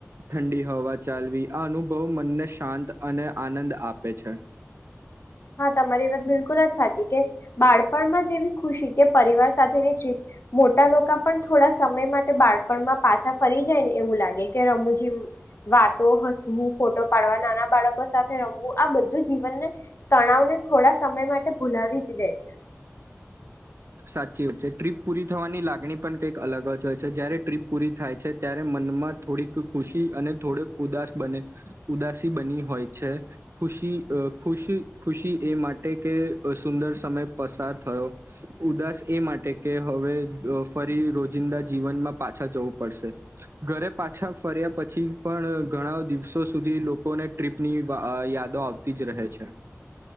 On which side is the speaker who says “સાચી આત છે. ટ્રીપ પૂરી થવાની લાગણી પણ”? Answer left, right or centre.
Right